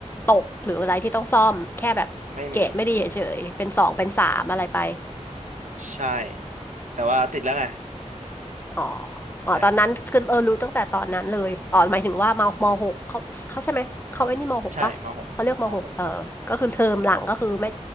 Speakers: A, on the left; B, on the right.
A: ตกหรืออะไรที่ต้องซ่อมแค่แบบเกรดไม่ดีเฉยๆเป็นสองเป็นสามอะไรไป
B: ไม่มีใช่แต่ว่าติดแล้วไง
A: อ๋ออ๋อ
B: เออ
A: ตอนนั้นคือเออรู้ตั้งแต่ตอนนั้นเลยอ๋อหมายถึงว่ามมหกเขาเขาใช่ไหมเขาไอ้นี่มหกปะเขาเรียกมหกเออก็คือเทอมหลังก็คือไม่
B: ใช่มหกมหกมหก